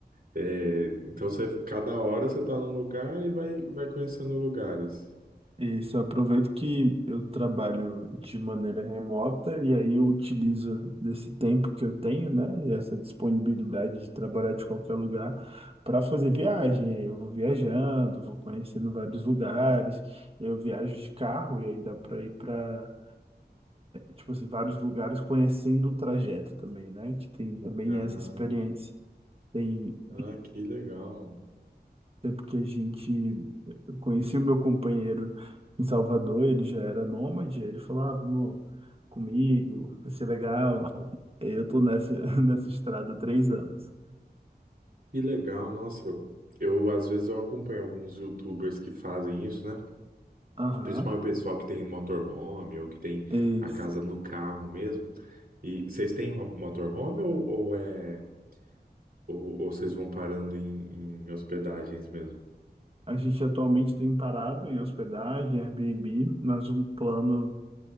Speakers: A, on the right (about 60°); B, on the right (about 35°).
A: É, então você, cada hora você tá num lugar e vai, vai conhecendo lugares.
B: Isso, eu aproveito que eu trabalho de maneira remota e aí eu utilizo desse tempo que eu tenho, né, e essa disponibilidade de trabalhar de qualquer lugar para fazer viagem. Eu vou viajando, vou conhecendo vários lugares, eu viajo de carro e aí dá para ir para, tipo assim, vários lugares conhecendo o trajeto também, né, que tem também
A: Aham.
B: essa experiência. Tem
A: Ah, que legal.
B: tempo que a gente Eu conheci o meu companheiro em Salvador, ele já era nômade, aí ele falou, ah, vamos comigo, vai ser legal. <laughs> Aí eu tô nessa, <laughs> nessa estrada há três anos.
A: Que legal, nossa. Eu, eu, às vezes eu acompanho alguns YouTubers que fazem isso, né?
B: Aham.
A: Principalmente o pessoal que tem motorhome ou que tem
B: Esse.
A: a casa no carro mesmo. E vocês têm ro- motorhome ou, ou é ou, ou vocês vão parando em, em hospedagens mesmo?
B: A gente atualmente tem parado em hospedagem, Airbnb, mas um plano